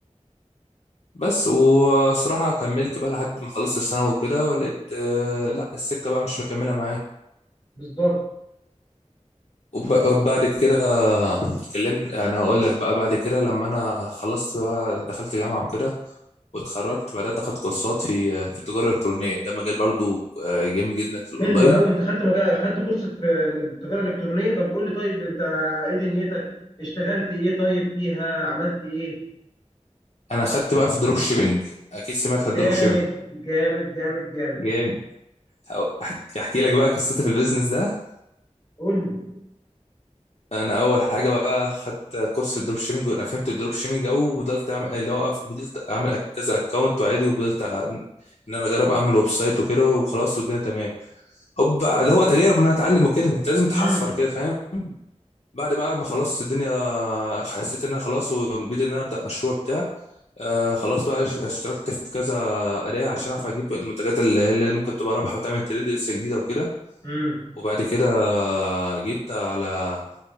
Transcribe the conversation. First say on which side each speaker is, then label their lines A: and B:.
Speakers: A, on the left (about 60°); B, on the left (about 35°).
A: بس وصراحه كملت بقى لحد ما خلصت الثانوي وكده ولقيت آه لا السكه بقى مش مكمله معايا
B: بالظبط
A: وب- وبعد كده اتكلمنا يعني اقول لك بقى بعد كده لما انا خلصت بقى دخلت جامعه وكده واتخرجت بدات اخد كورسات في في التجاره الالكترونيه ده مجال برضو آه، جامد جدا في الاونلاين
B: حلو قوي انت خدت مجال خدت كورس في التجاره الالكترونيه طب قول لي طيب انت ايه دنيتك اشتغلت ايه طيب فيها عملت ايه
A: انا خدت بقى في الدروب شيبنج اكيد سمعت عن الدروب
B: جامد
A: شيبنج
B: جامد جامد جامد
A: جامد احكي أحكي لك بقى قصتي في البيزنس ده
B: قول لي
A: انا اول حاجه بقى خدت كورس في الدروب شيبنج وانا فهمت الدروب شيبنج او وفضلت اعمل اللي هو أف- فضلت اعمل كذا اكونت وعادي وفضلت أ- ان انا اجرب اعمل ويب سايت وكده وخلاص والدنيا تمام حب بقى اللي هو تجارب ان انا اتعلم وكده انت لازم تحفر
B: امم
A: كده فاهم بعد بقى ما خلاص الدنيا حسيت ان انا خلاص وبدي ان انا ابدا مشروع بتاع آه خلاص بقى اشتركت في كذا اداه عشان اعرف اجيب المنتجات اللي هي اللي ممكن تبقى رابحه وتعمل ترند لسه جديده وكده
B: امم
A: وبعد كده آه، جيت على